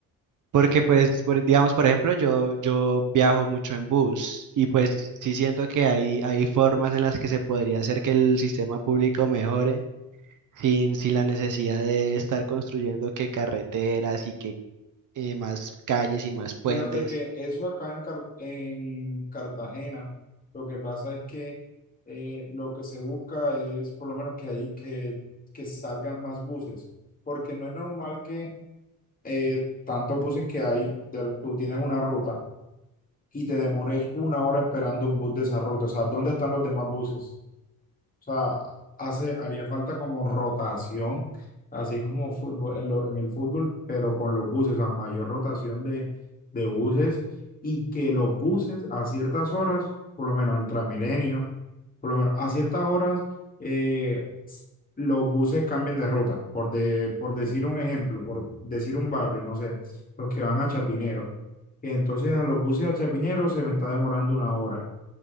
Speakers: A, on the right; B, on the left.
A: Porque pues, por- digamos, por ejemplo, yo, yo viajo mucho en bus y pues sí siento que hay, hay formas en las que se podría hacer que el sistema público mejore sin, sin la necesidad de estar construyendo que carreteras y que eh, más calles y más puentes.
B: Fíjate que eso acá en, Car- en Cartagena, lo que pasa es que eh, lo que se busca es por lo menos que ahí que, que salgan más buses, porque no es normal que eh, tantos buses que hay, de- tú tienes una ruta y te demores una hora esperando un bus de esa ruta, o sea, ¿dónde están los demás buses? O sea, hace, haría falta como rotación, así como fútbol, en, lo- en el fútbol, pero con los buses, o sea, mayor rotación de, de buses y que los buses a ciertas horas, por lo menos el Transmilenio, por lo menos a ciertas horas, eh, s- los buses cambian de ruta, por, de, por decir un ejemplo, por decir un barrio, no sé, los que van a Chapinero. Entonces a los buses a Chapinero se me está demorando una hora